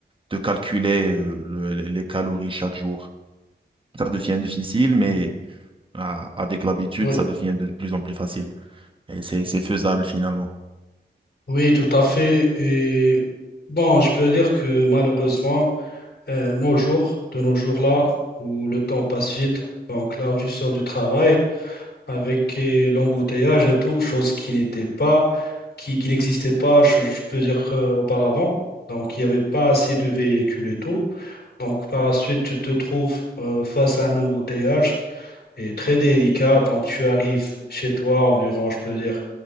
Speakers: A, on the right (about 30°); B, on the left (about 70°).
A: de calculer euh, le- les calories chaque jour. Ça devient difficile, mais ah, avec l'habitude,
B: Oui,
A: ça devient de plus en plus facile. Et c'est, c'est faisable finalement.
B: oui, tout à fait. Et bon, je peux dire que malheureusement, euh, nos jours, de nos jours là, où le temps passe vite, donc là où tu sors du travail, avec euh, l'embouteillage et tout, chose qui n'était pas, qui, qui n'existait pas, je, je peux dire, euh, auparavant. Donc, il n'y avait pas assez de véhicules et tout. Donc, par la suite, tu te trouves euh, face à un embouteillage et très délicat. Donc, tu arrives chez toi environ, je peux dire,